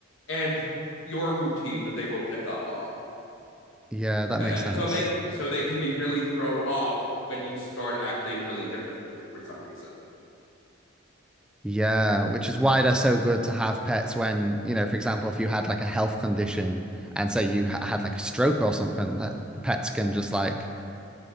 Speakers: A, on the left; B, in the centre.
A: and your routine they will pick up on.
B: Yeah, that
A: and
B: makes sense.
A: so they so they can be really thrown off when you start acting really differently for some reason.
B: Yeah, which is why they're so good to have pets when, you know, for example, if you had like a health condition and say you ha- had like a stroke or something, that pets can just like